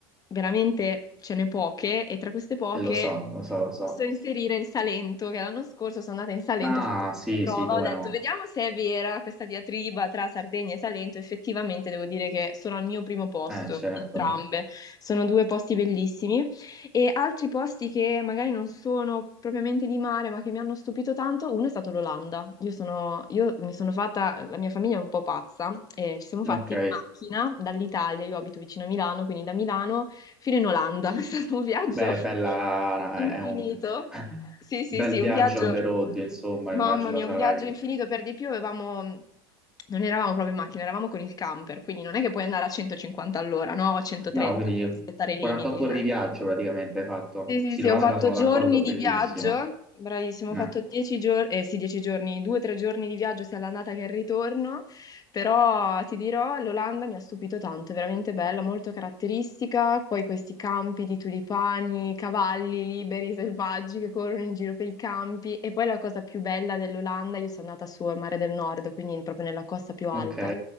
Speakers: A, on the left (about 30°); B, in the centre.
A: veramente ce n'è poche e tra queste poche
B: E lo so, lo so, lo so.
A: posso inserire il Salento, che l'anno scorso sono andata in Salento,
B: Ah,
A: ho fatto
B: sì,
A: questa prova,
B: sì, come
A: ho detto
B: no.
A: vediamo se è vera questa diatriba tra Sardegna e Salento, effettivamente devo dire che sono al mio primo posto,
B: Eh, certo.
A: entrambe. Sono due posti bellissimi. E altri posti che magari non sono propriamente di mare, ma che mi hanno stupito tanto, uno è stato l'Olanda. Io sono, io mi sono fatta, la mia famiglia è un po' pazza, e ci siamo fatti
B: Ok.
A: in macchina dall'Italia, io abito vicino a Milano, quindi da Milano fino in Olanda. <laughs> È stato un viaggio
B: Beh, bella,
A: infinito.
B: è un <laughs>
A: Sì, sì,
B: bel
A: sì,
B: viaggio
A: un viaggio,
B: on the road, insomma,
A: mamma
B: immagino
A: mia,
B: sarà...
A: un viaggio infinito. Per di più avevamo... Non eravamo proprio in macchina, eravamo con il camper, quindi non è che puoi andare a 150 all'ora, no? O 130
B: No, quindi
A: per rispettare i limiti.
B: 48
A: eh.
B: ore di viaggio praticamente hai fatto.
A: Sì, sì,
B: Sì,
A: sì,
B: l'Olanda
A: ho fatto
B: sono
A: giorni
B: d'accordo,
A: di
B: bellissima.
A: viaggio, bravissimo,
B: No.
A: ho fatto dieci giorni, eh sì, dieci giorni, due o tre giorni di viaggio sia all'andata che al ritorno, però ti dirò, l'Olanda mi ha stupito tanto, è veramente bella, molto caratteristica, poi questi campi di tulipani, cavalli liberi, selvaggi che corrono in giro per i campi e poi la cosa più bella dell'Olanda, io sono andata su al Mare del Nord, quindi proprio nella costa più alta.
B: Ok,